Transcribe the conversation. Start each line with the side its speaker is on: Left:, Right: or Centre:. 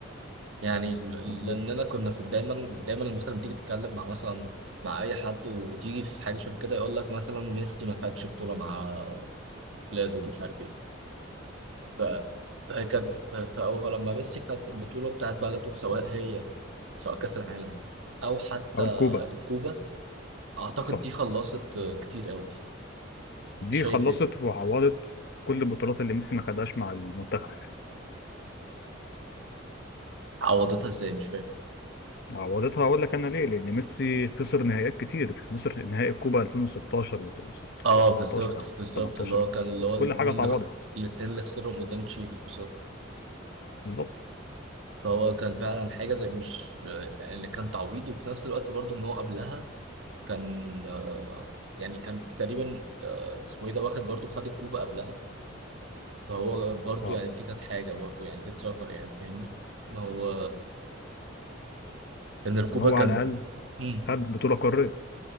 Right: يعني ل-
Left: مظبوط
Right: لاننا كنا في دايما دايما مثلا لما تيجي تتكلم مع مثلا مع اي حد وتيجي في حاجه شبه كده يقول لك مثلا ميسي ما خدش بطوله مع بلاده ومش عارف ايه ف- فكانت ف- فهو لما ميسي خد البطولة بتاعت بلده سواء هي سواء كأس العالم أو حتى
Left: او الكوبا
Right: الكوبا أعتقد
Left: صح
Right: دي خلصت كتير قوي
Left: دي
Right: أنت شايف
Left: خلصت
Right: إيه؟
Left: وعوضت كل البطولات اللي ميسي ما خدهاش مع المنتخب
Right: عوضتها إزاي مش فاهم
Left: عوضتها اقول لك انا ليه لان ميسي خسر نهائيات كتير خسر نهائي الكوبا 2016
Right: أه
Left: و17
Right: بالظبط
Left: او
Right: بالظبط
Left: 18
Right: اللي هو كان اللي هو الاتنين
Left: كل حاجه اتعوضت
Right: اللي خ- الاتنين اللي خسرهم قدام تشيلي بالظبط
Left: بالظبط
Right: فهو كان فعلا حاجة زي مش يعني اللي كان تعويض وفي نفس الوقت برضه إن هو قبلها كان آه، يعني كان تقريبا آه، اسمه إيه ده واخد برضه خد الكوبا قبلها فهو برضو
Left: اه
Right: يعني دي كانت حاجة برضو يعني تتذكر يعني فاهمني ان هو ان الكوبا
Left: ان هو
Right: كان
Left: على الاقل
Right: مم.
Left: خد بطوله قاريه